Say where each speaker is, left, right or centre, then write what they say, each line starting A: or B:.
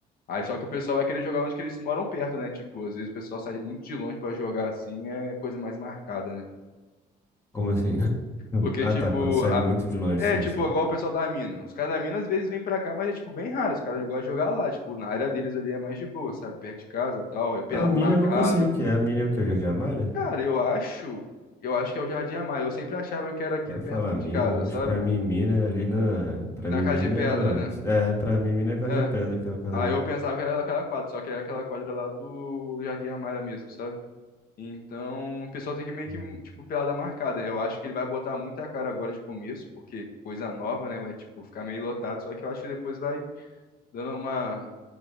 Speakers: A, on the left; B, on the left.
A: Aí só que o pessoal vai querer jogar onde que eles moram perto, né? Tipo, às vezes o pessoal sai muito de longe pra jogar assim, é coisa mais marcada, né?
B: Como assim? <laughs>
A: Porque,
B: Ah,
A: Caramba,
B: tá.
A: tipo,
B: Quando sai
A: Caramba,
B: muito
A: a... velho.
B: de longe,
A: é,
B: sim,
A: tipo,
B: sim.
A: igual o pessoal da mina. Os caras da mina às vezes vêm pra cá, mas é, tipo, bem raro. Os caras gostam de jogar lá. Tipo, na área deles ali é mais de boa, sabe? Perto de casa tal, é pelada
B: A mina
A: Uhum. marcada.
B: eu nunca sei o que é. A mina é o que? O Jardim Amália?
A: Cara, eu acho. Eu acho que é o Jardim Amaro. Eu sempre achava que era aqui
B: Ela
A: perto
B: fala
A: aqui
B: mina.
A: de casa,
B: Hoje
A: sabe?
B: pra mim, mina é ali na. Pra
A: Na
B: mim,
A: casa
B: mina
A: de pedra,
B: é no.
A: né?
B: É, pra mim, mina é a casa
A: É.
B: de pedra, aquela casa
A: Aí
B: ali.
A: eu pensava que era aquela quadra, só que é aquela quadra lá do Jardim Amaro mesmo, sabe? Então, o pessoal tem que meio
B: Hum.
A: que, tipo, pelada marcada. Eu acho que ele vai botar muita cara agora de começo, porque coisa nova, né? Vai, tipo, ficar meio lotado. Só que eu acho que depois vai dando uma